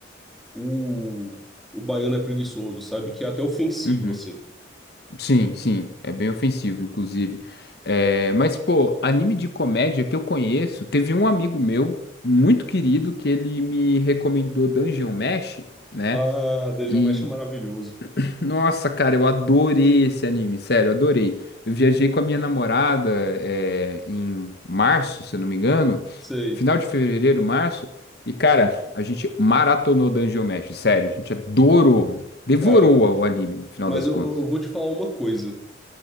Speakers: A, in the centre; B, on the left.
A: o, o baiano é preguiçoso, sabe? Que é até ofensivo,
B: uhum.
A: assim.
B: Sim, sim, é bem ofensivo, inclusive. É, mas, pô, anime de comédia que eu conheço, teve um amigo meu, muito querido, que ele me recomendou Dungeon Mesh, né?
A: Ah, Dungeon
B: E,
A: Mesh é maravilhoso, cara.
B: nossa, cara, eu adorei esse anime, sério, adorei. Eu viajei com a minha namorada, é, em março, se eu não me engano,
A: Sei,
B: final de fevereiro, março, e, cara, a gente maratonou Dungeon Mesh, sério, a gente adorou, devorou
A: cara.
B: o anime, no final
A: Mas
B: das
A: eu,
B: contas.
A: eu eu vou te falar uma coisa.